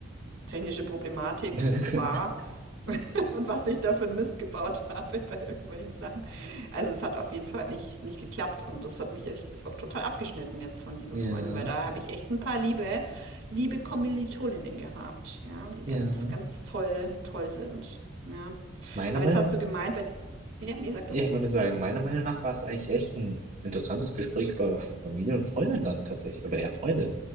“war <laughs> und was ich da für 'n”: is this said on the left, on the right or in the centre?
Right